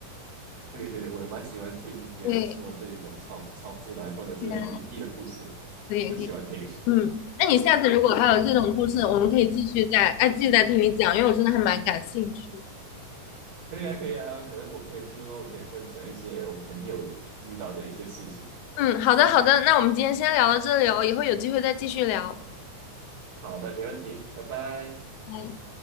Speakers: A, on the right; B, on the left.
A: 对对对，我也蛮喜欢听别人说这种超超自然或者是灵异的故事，
B: 对，嗯，可以可以，
A: 很喜欢听。
B: 嗯，
A: <laughs>
B: 那你下次如果还有这种故事，我们可以继续再，哎，继续再听你讲，因为我真的还蛮感兴趣。
A: 可以啊，可以啊，可能我可以之后可以分享一些我朋友遇到的一些事情。
B: 嗯，好的好的，那我们今天先聊到这里哦，以后有机会再继续聊。
A: 好的，没问题，拜拜。
B: 哎。